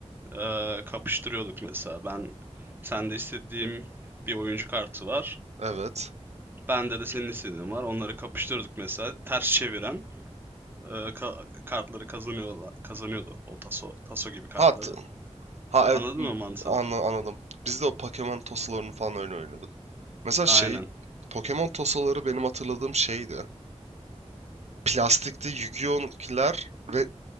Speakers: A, on the right; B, on the right.
A: e, kapıştırıyorduk mesela. Ben sende istediğim bir oyuncu kartı var.
B: Evet.
A: Bende de senin istediğin var. Onları kapıştırdık mesela. Ters çeviren e, ka- kartları kazanıyordu, kazanıyordu o taso. Taso gibi kartları.
B: Ha, Ha
A: Anladın
B: evet m-
A: mı mantığı?
B: anla- anladım. Biz de o Pokemon tosalarını falan öyle oynuyorduk. Mesela
A: Aynen.
B: şey Pokemon tosaları benim hatırladığım şeydi. Plastikte Yu-Gi-Oh'kiler ve